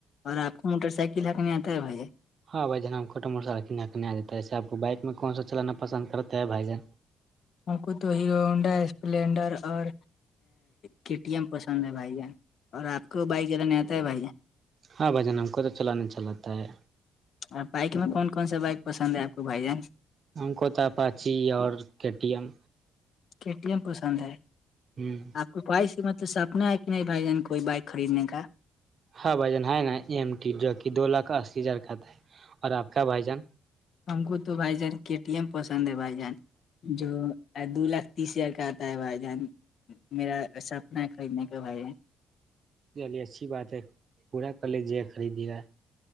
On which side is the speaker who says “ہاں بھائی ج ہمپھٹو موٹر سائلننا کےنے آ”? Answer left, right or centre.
Right